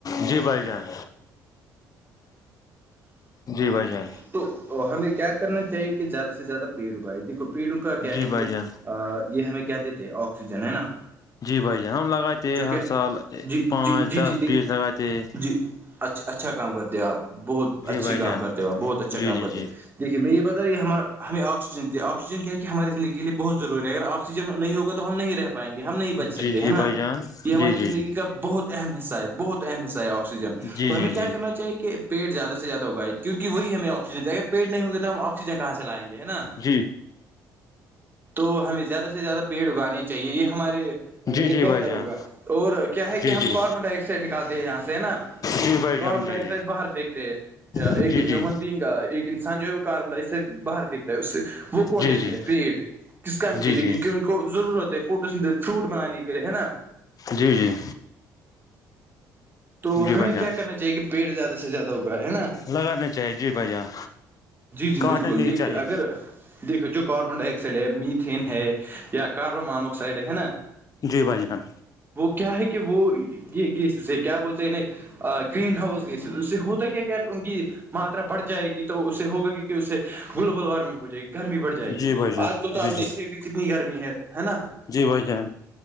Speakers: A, on the left (about 35°); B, on the right (about 20°).
A: جی بھائی جان جی بھائی جان
B: تو ہمیں کیا کرنا چاہیے کہ زیادہ سے زیادہ پیڑ اگائے دیکھو پیڑوں کا کیا
A: جی
B: ہے
A: بھائی
B: کہ
A: جان
B: یہ ہمیں کیا دیتے آکسیجن ہے نا
A: جی بھیا ہم لگاتے
B: جو
A: ہیں
B: کہ
A: ہر سال
B: جی
A: پانچ
B: جی
A: دس
B: جی جی
A: بیس لگاتے ہیں
B: جی اچھا اچھا کام کرتے ہو آپ بہت
A: جی
B: اچھی
A: بھائی
B: کام
A: جان
B: کرتے ہو آپ بہت اچھا
A: جی
B: کام
A: جی
B: کرتے
A: جی
B: ہو دیکے میں یہ بتا رہ کہ ہمیں آکسیجن دی آکسیجن کیا ہے کہ ہماری زندگی لیے بہت ضوری ہے ا آکسیجن نہیں ہوگا ہم نہیں رہ پائیں گے ہم نہیں بچ سکتے
A: جی جی
B: ہیں نا
A: بھائی جان
B: یہ ہماری
A: جی جی
B: زندگی
A: جی
B: کا بہت اہم حصہ ہے بہت اہم حصہ ہے آکسیجن
A: جی
B: تو
A: جی
B: ہمیں کیا
A: جی
B: کرنا چاہیے کہ پیٹ زدہ سے زیادہگائے کیک وہی ہمیں آکسیجن اگر پی نہیں ہوں گ تو ہم آکسیجن کہاں سے لائ گے ہے نا
A: جی
B: تو ہمیں زیادہ سے زیادہ پیڑ اگانے چاہے یہ ہمارے
A: جی
B: لیے
A: جی
B: بہتر
A: بھائی جان
B: ہوگا اور کیا ہے کہ
A: جی
B: ہم
A: جی
B: کاربن ڈائی آکسائڈ نکالتے ہیں یہاں سے ہے نا
A: جی بھائی
B: کاربن
A: جان جی
B: ڈائی آکسائڈ باہر پھینتے ایک
A: جی جی
B: ہیومن بینگ ایک انسان جو ہے کاربن ڈ سے باہر پھینکتا ہے اس سے وہ کون
A: جی
B: لیتے
A: جی
B: ہیں
A: جی
B: پیڑ کس کام
A: جی
B: کے لیے کیونکہ ان کے ضرورت ہے فوٹ فروٹ بنانے کے لیے ہے نا
A: جی جی
B: تو
A: جی
B: ہمیں
A: بھائی جان
B: کیا کرنا چاہیے کہ پیٹ زیادہ سے زیادہ ہوا ہے نا
A: لگانا چاہیے جی بھائی جان
B: جی جی
A: کاٹنا
B: بالکل
A: نہیں
B: دیکھیے
A: چاہیے
B: اگر دیکھو جو کاربن ڈائی آکسائڈ ہے میتین ہے یا کاربن مانوکسائڈ ہے نا
A: جی بھائیران
B: وہ کیا ہے کہ وہ یہ گی کیا بولتے ہیں ن گرین ہاؤس گئی اس سے ہوتا کیا کیا ان کی ماترا بڑھ جائے گی تو اس سے ہوگا کہ کہ اس سے گلوبل وارمنگ ہو جائے گی گرمی بڑ جائے گی
A: جی بھائی جان
B: آج کل تو آپ
A: جی
B: دیکھ
A: جی
B: س کہ کتنی گرمی ہے ہے نا
A: جی بھ جن